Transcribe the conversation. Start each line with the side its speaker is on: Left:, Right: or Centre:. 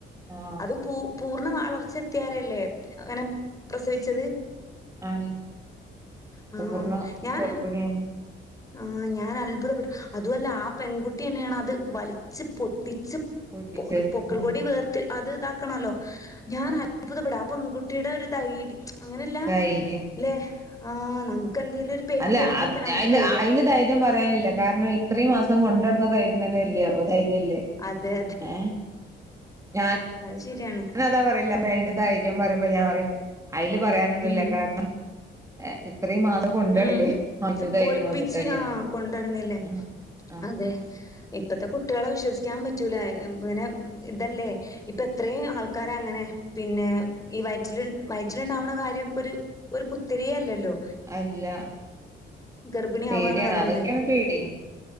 Right: ആ
Left: അതും പൂ പൂർണ്ണ വളർച്ചെത്തിയാരല്ലേ ഇങ്ങനെ പ്രസവി ച്ചത്?
Right: ആണ്
Left: ആ
Right: പൂർണ്ണ
Left: ഞന്
Right: ഗർഭിണിയ
Left: ആഹ് ഞാൻ അത്ഭുതപ്പെട്ടു അതവല്ല ആ പെൺകുട്ടി തന്നെയാണ് അത് വലിച്ച് പൊട്ടിച്ച്
Right: പൊട്ടിച്ചത്
Left: പൊ പൊക്കിൾകൊടി
Right: ആ
Left: വേർത്തി അത് ഇതാക്കണല്ലോ? ഞാൻ
Right: ആ
Left: അത്ഭുതപ്പെട്ട് ആ പെൺകുട്ടിയുടെ ഒരു ധൈര്യം അങ്ങനെല്ല
Right: ധൈര്യം
Left: ഇല്ലെ? ആ നമുക്ക് എന്തേലും ഒരു പെയിൻ
Right: അല്ല
Left: വരുമ്പോക്കെന്നെ
Right: അത്
Left: നമുക്ക്
Right: അതിന്
Left: പേടിയ
Right: അതിന് ധൈര്യം പറയാനില്ല കാരണം <unintelligible> ഇത്രയും മാസം കൊണ്ട് നട്ന്ന ധൈര്യം തന്നെയില്യ അപ്പൊ ധൈര്യല്ലേ?
Left: അതെ
Right: ഏഹ് ഞാൻ
Left: അഹ് ശരിയാണ്
Right: ഞന് അതാ പറയല് അയിന്റെ ധൈര്യം പറയുമ്പം ഞാൻ പറയും അയില് പറയാനൊന്നൂല്യ
Left: ഉം
Right: കാരണം ഏഹ് ഇത്രയും മാസം കൊണ്ടുനടന്നില്ലേ
Left: ഉം
Right: അതിന് ധൈര്യം
Left: ഒളിപ്പിച്ച്
Right: വന്നിട്ടല്ലേ
Left: ആ കൊണ്ടട്ന്നില്ലേ?
Right: ആഹ് ആഹ്
Left: അതെ ഇപ്പത്തെ കുട്ടികളെ വിശ്വസിക്കാൻ പറ്റൂല ഇങ്ങനെ ഇതല്ലേ ഇപ്പൊ എത്രേ ആൾക്കാര അങ്ങനെ പിന്നെ ഈ വയറ്റില് വയറ്റിലുണ്ടാവണ കാര്യം ഇപ്പൊരു ഇപ്പൊരു പുത്തിരിയെ അല്ലല്ലോ?
Right: അല്ല
Left: ഗർഭിണിയാവാന്ന്
Right: പേടിയാണ്
Left: പറയ്ണത്
Right: അതൊക്കെയാണ് പേടി